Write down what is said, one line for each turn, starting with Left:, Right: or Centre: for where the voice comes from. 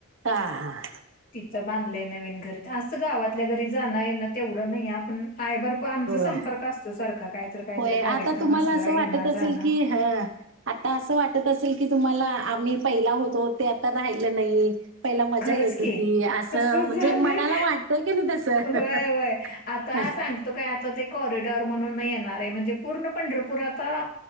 Right: हां हां
Left: तिथं बांधलंय नवीन घर असं गावातल्या घरी जाणं ये ना तेवढं नाही आपण. आहे बरं आमचा
Right: होय.
Left: संपर्क असतो सारखा काहीतरी काहीतरी
Right: होय.
Left: कार्यक्रम
Right: आता तुम्हाला
Left: असल
Right: असं
Left: येन
Right: वाटत असेल
Left: जाणं.
Right: की हं, आता असं वाटत असेल की तुम्हाला आम्ही पहिला होतो ते आता राहिलं नाही. पहिला मजा
Left: खरंच
Right: येत होती
Left: की
Right: असं
Left: तसच
Right: म्हणजे
Left: झालंय.
Right: मनाला वाटतंय क नाही तस.
Left: व्हय व्हय आता सांगतो काय आता ते कॉरिडॉर म्हणून येणार आहे म्हणजे पूर्ण पंढरपूर आता